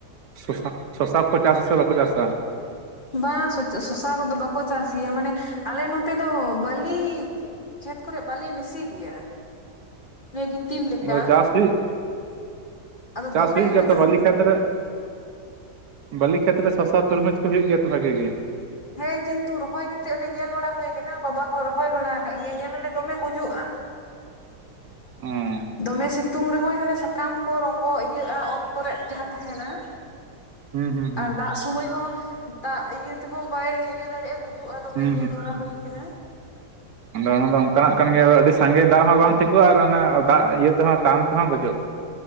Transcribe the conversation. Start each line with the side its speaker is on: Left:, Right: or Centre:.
Right: ᱥᱚᱥᱟ, ᱥᱚᱥᱟ ᱠᱚᱠᱚ ᱪᱟᱥ ᱟᱥᱮ ᱵᱟᱠᱚ ᱪᱟᱥᱟ?
Left: ᱵᱟᱝ ᱥᱚᱥᱟ ᱠᱚᱫᱚ ᱵᱟᱠᱚ ᱪᱟᱥ ᱜᱮᱭᱟ ᱢᱟᱱᱮ ᱟᱞᱮ ᱱᱚᱛᱮ ᱫᱚ ᱵᱟᱹᱞᱤ ᱠᱷᱮᱛ ᱠᱚᱨᱮᱫ ᱵᱟᱹᱞᱤᱧ ᱵᱮᱥᱤ ᱜᱮᱭᱟ᱾ ᱜᱤᱛᱤᱞ ᱞᱮᱠᱟ
Right: ᱟᱫᱚ ᱪᱟᱥ ᱦᱩᱭᱩᱜ
Left: ᱟᱫᱚ
Right: ᱪᱟᱥ
Left: ᱫᱚᱢᱮ
Right: ᱦᱩᱭᱩᱜ ᱜᱮᱭᱟ
Left: ᱜᱩᱡᱩᱜ
Right: ᱛᱚ ᱵᱟᱹᱞᱤ ᱠᱷᱮᱛ ᱨᱮ᱾ ᱵᱟᱹᱞᱤ ᱠᱷᱮᱛ ᱨᱮ ᱥᱚᱥᱟ ᱛᱩᱨᱢᱩᱡᱽ ᱠᱚ ᱦᱩᱭᱩᱜ ᱜᱮᱭᱟ ᱛᱚ ᱵᱷᱟᱜᱮ ᱜᱮ᱾
Left: ᱦᱮᱸ ᱠᱤᱱᱛᱩ ᱨᱚᱦᱚᱭ ᱠᱟᱛᱮᱜ ᱚᱱᱮ ᱧᱮᱞ ᱵᱟᱲᱟ ᱦᱳᱭ ᱠᱟᱱᱟ ᱵᱟᱵᱟ ᱦᱚᱸ ᱨᱚᱦᱚᱭ ᱵᱟᱲᱟ ᱠᱟᱜ ᱜᱮᱭᱟ ᱧᱮᱞ ᱟᱞᱮ ᱫᱚᱢᱮ ᱜᱩᱡᱩᱜᱼᱟ᱾
Right: ᱩᱸ
Left: ᱫᱚᱢᱮ ᱥᱤᱛᱩᱝ ᱨᱮᱦᱚᱭ ᱦᱟᱱᱮ ᱥᱟᱠᱟᱢ ᱠᱚ ᱨᱚᱸᱜᱚ ᱤᱭᱟᱹᱜᱼᱟ ᱚᱛ ᱠᱚᱨᱮᱜ ᱡᱟᱦᱟᱸ ᱛᱟᱦᱮᱱᱟ᱾
Right: ᱦᱩᱸ ᱦᱩᱸ ᱦᱩᱸ
Left: ᱟᱨ ᱫᱟᱜ ᱥᱚᱢᱚᱭ ᱦᱚᱸ ᱫᱟᱜ ᱤᱭᱟᱹ ᱛᱮᱦᱚᱸ ᱵᱟᱭ ᱤᱭᱟᱹ ᱫᱟᱲᱮᱭᱟᱜᱼᱟ᱾ ᱜᱩᱡᱩᱜᱼᱟ ᱫᱚᱢᱮ
Right: ᱦᱩᱸ
Left: ᱧᱮᱞ ᱵᱟᱲᱟ ᱦᱳᱭ ᱠᱟᱱᱟ᱾
Right: ᱟᱫᱚ ᱚᱱᱟ ᱫᱚ ᱚᱱᱠᱟᱱᱟᱜ ᱠᱟᱱ ᱜᱮᱭᱟ ᱟᱹᱰᱤ ᱥᱟᱸᱜᱮ ᱫᱟᱜ ᱦᱚᱸ ᱵᱟᱝ ᱴᱷᱤᱠᱚᱜᱼᱟ ᱟᱨ ᱚᱱᱮ ᱫᱟᱜ ᱤᱭᱟᱹ ᱛᱮᱦᱚᱸ ᱴᱟᱱ ᱛᱮᱦᱚᱸ ᱜᱚᱡᱚᱜᱼᱟ᱾